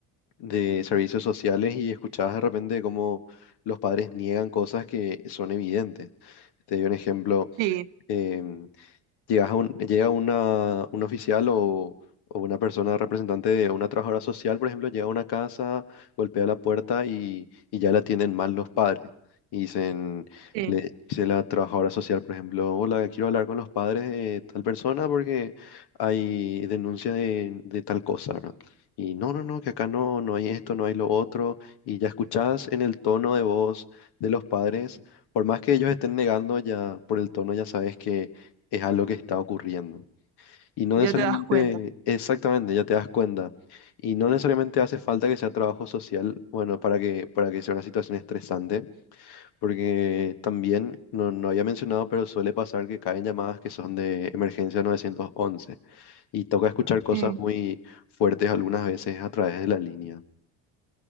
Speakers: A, on the left; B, on the right.
A: de servicios sociales y escuchás de repente cómo los padres niegan cosas que son evidentes. Te doy un ejemplo.
B: Sí,
A: em, llegas a un- llega una, un oficial o, o una persona representante de una trabajadora social, por ejemplo, llega a una casa, golpea la puerta y, y ya la atienden mal los padres. Y dicen,
B: sí,
A: le dice la trabajadora social, por ejemplo, hola, quiero hablar con los padres de tal persona porque hay denuncia de, de tal cosa, ¿verdad? Y no, no, no, que acá no, no hay esto, no hay lo otro. Y ya escuchás en el tono de voz de los padres, por más que ellos estén negando, ya por el tono ya sabes que es algo que está ocurriendo. Y no
B: ya
A: necesariamente,
B: te das cuenta.
A: exactamente, ya te das cuenta. Y no necesariamente hace falta que sea trabajo social, bueno, para que, para que sea una situación estresante, porque también, no, no había mencionado, pero suele pasar que caen llamadas que son de emergencia 911 y toca escuchar cosas
B: Sí,
A: muy fuertes algunas veces a través de la línea.